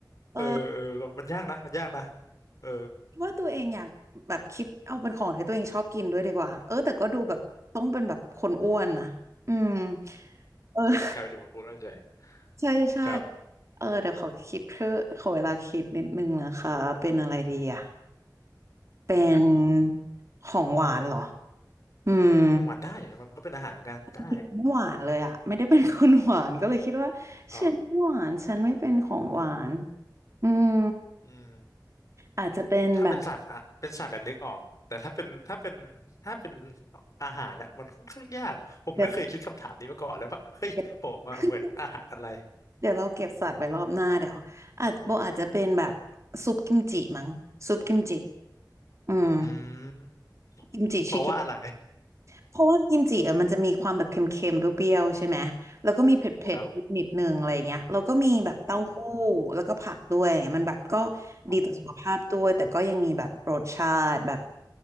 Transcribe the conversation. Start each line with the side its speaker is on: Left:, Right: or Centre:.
Right: เออ
Left: เออเออมันยากนะมันยากนะเออ
Right: ว่าตัวเองอยากแบบคิดเอาเป็นของที่ตัวเองชอบกินด้วยดีกว่าเออแต่ก็ดูแบบต้องเป็นแบบคนอ้วนนะอืมเออ
Left: กลายเป็นดูของคุณแล้วเฉย
Right: <laughs> ใช่ใช่
Left: ครับ
Right: เออเดี๋ยวขอคิดเธอะขอเวลาคิดนิดนึงนะคะเป็นอะไรดีอ่ะเป็น
Left: อืม
Right: ของหวานเหรออืม
Left: ของหวานได้มันก็เป็นอาหารเหมือนกันได้
Right: ไม่หวานเลยอ่ะไม่ได้เป็นคนหวานก็เลยคิดว่า
Left: อ๋อ
Right: ฉันไม่หวานฉันไม่เป็นของหวานอืม
Left: อืม
Right: อาจจะเป็นแบบ
Left: ถ้าเป็นสัตว์อะเป็นสัตว์อะนึกออกแต่ถ้าเป็นถ้าเป็นถ้าเป็นอาหารอะมันค่อนข้างยากผมไม่เคยคิดคำถามนี้มาก่อนเลยว่าเฮ้ยผมอะเหมือนอาหารอะไร
Right: เดี๋ยวเดี๋ <laughs> เดี๋ยวเราเก็บสัตว์ไว้รอบหน้าเดี๋ยวอาจโบอาจจะเป็นแบบซุปกิมจิมั้งซุปกิมจิอืม
Left: อืม
Right: กิมจิชิเกน
Left: เพราะว่าอะไร
Right: เพราะว่ากิมจิอะมันจะมีความแบบเค็มๆเปรี้ยวๆใช่ไหมแล้วก็มีเผ็ดๆนิดนึงอะไรเงี้ยแล้วก็มีแบบเต้าหู้
Left: <laughs> ครับผมอืม
Right: แล้วก็ผักด้วยอย่างเงี้ยมันแบบก็
Left: อ๋อ
Right: ดีต่อสุขภาพด้วยแต่ก็ยังมีแบบรสชาติแบบ